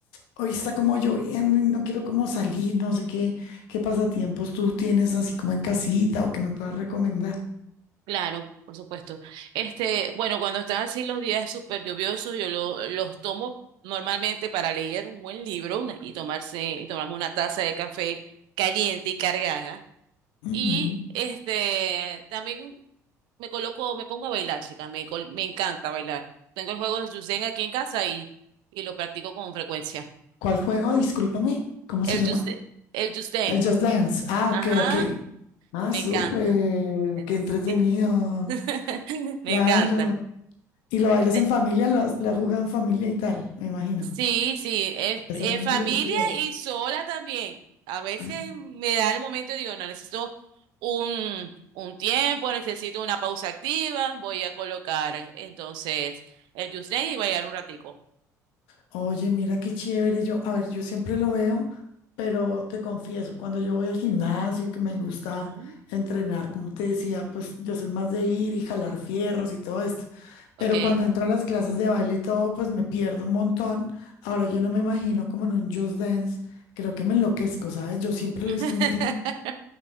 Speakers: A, on the left; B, on the right.
A: hoy está como lloviendo y no quiero como salir, no sé qué, qué pasatiempos tú tienes así como en casita o que me puedas recomendar.
B: Claro, por supuesto. Este, bueno, cuando están así los días súper lluviosos, yo lo- los tomo normalmente para leer un buen libro una- y tomarse, y tomarme una taza de café caliente y cargada.
A: Ujú.
B: Y este, también me coloco, me pongo a bailar, chica, me, col- me encanta bailar. Tengo el juego de Just Dance aquí en casa y, y lo practico con frecuencia.
A: ¿Cuál juego? Discúlpame, ¿cómo
B: El
A: se llama?
B: Just, el Just Dance.
A: El Just Dance. Ah,
B: Ajá.
A: ok, ok. Ah,
B: Me
A: súper,
B: encanta. Es-
A: qué entretenido,
B: Sí, <laughs> me
A: claro.
B: encanta.
A: Y lo bailas
B: Te-
A: en familia, lo, has- lo has jugado en familia y tal, me imagino.
B: Sí, sí, es-
A: Va
B: en
A: a ser muy
B: familia
A: divertido.
B: y sola también. A veces
A: <clears throat>
B: me da el momento y digo, no, necesito un, un tiempo, necesito una pausa activa, voy a colocar entonces el Just y voy a ir un ratico.
A: Oye, mira qué chévere. Yo, a ver, yo siempre lo veo, pero te confieso, cuando yo voy al gimnasio y que me gusta
B: Ujú,
A: entrenar, como te decía, pues yo soy más de ir y jalar fierros y todo esto. Pero
B: Ok.
A: cuando entro a las clases de baile y todo, pues me pierdo un montón. Ahora yo no me imagino como en un Just Dance. Creo que me enloquezco, ¿sabes? Yo siempre lo
B: <laughs>
A: he visto muy difícil.